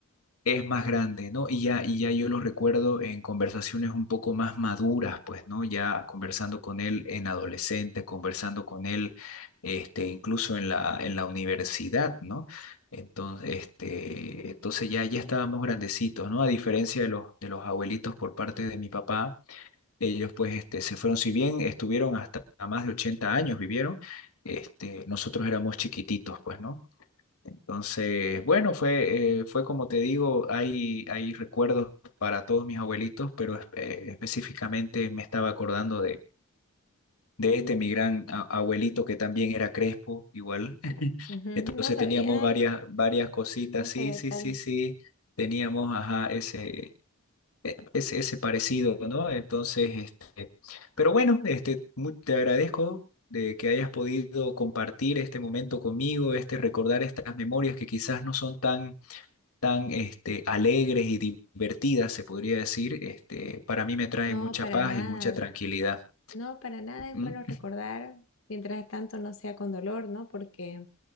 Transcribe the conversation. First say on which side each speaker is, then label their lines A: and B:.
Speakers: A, on the left; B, on the left.
A: es más grande, ¿no? Y ya, y ya yo lo recuerdo en conversaciones un poco más maduras, pues, ¿no? Ya conversando con él en adolescente, conversando con él, este, incluso en la, en la universidad, ¿no? Entonces, este, entonces ya, ya estábamos grandecitos, ¿no? A diferencia de los, de los abuelitos por parte de mi papá, ellos pues este, se fueron, si bien estuvieron hasta más de 80 años, vivieron, este, nosotros éramos chiquititos, pues, ¿no? Entonces, bueno, fue, eh, fue como te digo, hay, hay recuerdos para todos mis abuelitos, pero es- eh, específicamente me estaba acordando de, de este, mi gran a- abuelito que también era crespo, igual. <laughs>
B: Ujú,
A: Entonces
B: No sabía
A: teníamos varias, varias cositas,
B: ese
A: sí,
B: detalle.
A: sí, sí, sí, teníamos, ajá, ese, e- ese, ese parecido, ¿no? Entonces, este, pero bueno, este, mu- te agradezco. de que hayas podido compartir este momento conmigo, este recordar estas memorias que quizás no son tan tan este, alegres y divertidas, se podría decir, este, para mí me traen
B: No,
A: mucha
B: para
A: paz
B: nada.
A: y mucha tranquilidad.
B: No, para nada es
A: ¿Mm?
B: bueno recordar, mientras tanto no sea con dolor, ¿no? Porque